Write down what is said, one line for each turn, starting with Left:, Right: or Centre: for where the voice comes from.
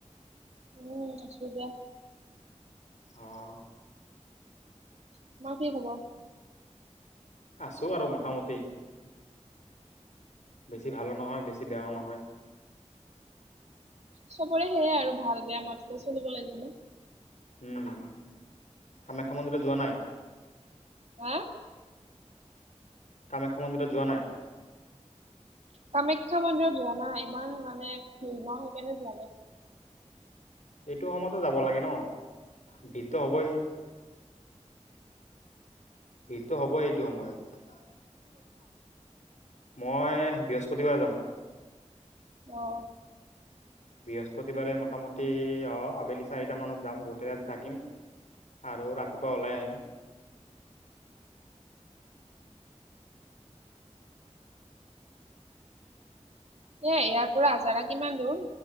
Right: উম আছো দিয়া।
Left: অহ।
Right: তোমাৰ কি খবৰ?
Left: আছো আৰু মোটামুটি। বেছি ভালো নহয় বেছি বেয়াও নহয়।
Right: চবৰে সেয়াই আৰু ভাল বেয়া মাজতে চলিব লাগিব ন।
Left: উম, কামাখ্যা মন্দিৰত যোৱা নাই।
Right: হা।
Left: কামাখ্যা মন্দিৰত যোৱা নাই।
Right: কামাখ্যা মন্দিৰত যোৱা নাই, ইমান মানে ভিৰ নহ সেইকাৰণে যোৱা নাই।
Left: এইটো সময়ত। যাব লাগে ন ভিৰত হবই। ভিৰটো হ'ব এইটো সময়ত। মই বৃহস্পতিবাৰে যাম।
Right: আহ।
Left: বৃহস্পতিবাৰে মোটামুটি, আহ আবেলি চাৰিটা মানত যাম। গোটেই ৰাতি থাকিম আৰু ৰাতিপুৱা ওলাই আহিম।
Right: এ, ইয়াৰ পৰা আজাৰা কিমান দূৰ?